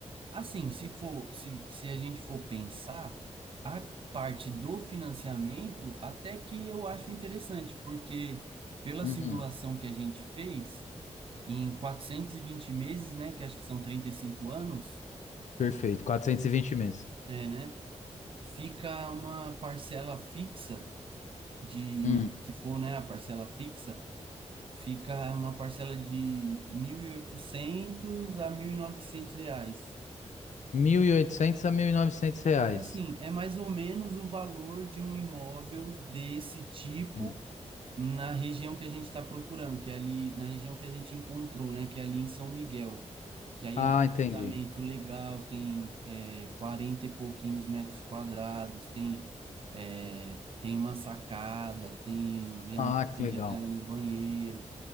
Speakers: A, on the right; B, on the left.
A: Assim, se for, se, se a gente for pensar, a parte do financiamento, até que eu acho interessante, porque pela
B: Hum,
A: simulação que a gente fez, em 420 meses, né, que acho que são 35 anos,
B: perfeito, 420 meses.
A: é, né, fica uma parcela fixa de,
B: Hum,
A: se for, né, a parcela fixa, fica uma parcela de 1.800 a 1.900 reais.
B: 1.800 a 1.900 reais.
A: E assim, é mais ou menos o valor de um imóvel desse tipo
B: Hum.
A: na região que a gente está procurando, que é ali na região que a gente encontrou, né, que é ali em São Miguel, que aí
B: Ah,
A: é um
B: entendi.
A: apartamento legal, tem é, 40 e pouquinhos metros quadrados, tem é, tem uma sacada, tem jane-
B: Ah, que
A: tem
B: legal.
A: janela no banheiro,